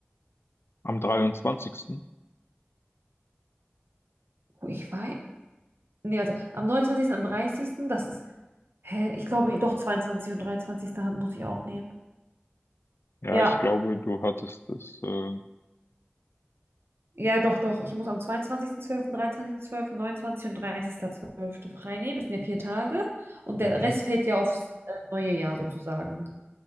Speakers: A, on the left (about 75°); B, on the right (about 70°).
A: Am dreiundzwanzigsten.
B: Oh, Ich weiß. Nee, warte. Am neunundzwanzigsten, am dreißigsten, das ist. Hä? Ich glaube, doch, 22. und 23. hab- muss ich auch nehmen.
A: Ja,
B: Ja.
A: ich glaube, du hattest das, äh,
B: Ja, doch, doch. Ich muss am zweiundzwanzigsten, zwölften, dreiundzwanzigsten, zwölften, 29. und 30.12. frei nehmen. Das sind ja vier Tage. Und
A: Mhm.
B: der Rest fällt ja aufs äh, neue Jahr sozusagen.